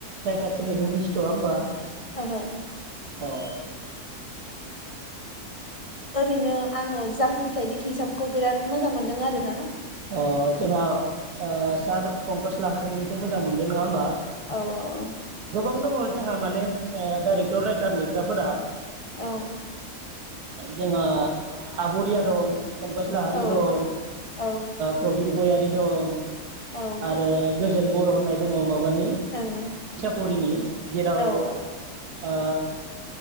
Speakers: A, on the right (about 85°); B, on the left (about 25°).
A: राइटारफोरनिखौ मिथिथवा होमबा?
B: ओहो।
A: अ।
B: ओरैनो आङो जांख्रिथायनि थैसामखौ बिराद मोजां मोनदों आर ना।
A: अ जोंहा सार पंकस लाहारिनिखौ मोजां मोनदों नङा होमबा?
B: औ औ औ।
A: दङ जोंहा माने डाइरेक्टर राइटार लिरग्राफोरा।
B: औ
A: जोंहा आबरिया दं। फंकस लाहारि
B: औ
A: दं।
B: औ
A: प्रबिन गयारि दं
B: औ
A: आरो गोजोन बर' होननाय दङ माबा नि
B: ओं
A: परिनि जेराव
B: औ औ
A: ओ